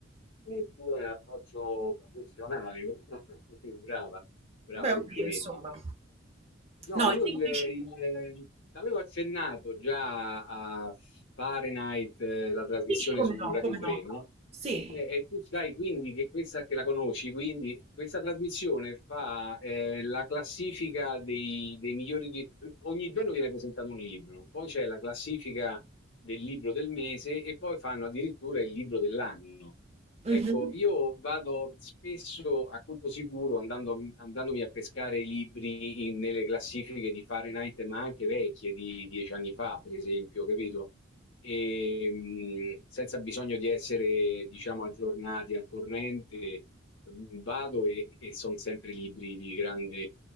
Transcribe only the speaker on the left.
E il tuo è approccio professionale, <laughs> sì, brava, brava,
complimenti.
No,
io
il,
il- avevo accennato già a Fahrenheit, eh, la trasmissione
su
Radio
3,
no?
E, e tu sai quindi che questa, che la conosci, quindi questa trasmissione fa eh, la classifica dei, dei migliori, di- ogni giorno viene presentato un libro, poi c'è la classifica del libro del mese e poi fanno addirittura il libro dell'anno. Ecco,
io vado spesso a colpo sicuro andando, andandomi a pescare i libri in- nelle classifiche di Fahrenheit, ma anche vecchie di dieci anni fa, per esempio, capito? E, mh, senza bisogno di essere, diciamo, aggiornati al corrente, mh, vado e, e sono sempre libri di grande,